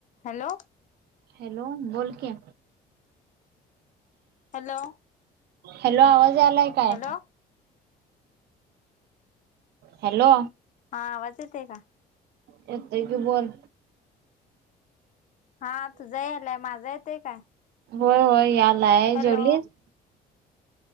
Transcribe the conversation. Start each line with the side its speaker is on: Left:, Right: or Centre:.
Left: Hello
Right: hello. बोल की,
Left: हॅलो.
Right: हॅलो आवाज यालाय काय.
Left: Hello
Right: hello.
Left: आ आवाज येतय का?
Right: येतंय तू बोल.
Left: हा तुझा यालाय माझं येतोय काय?
Right: हो हो यालाय
Left: हॅलो
Right: जेवलीस.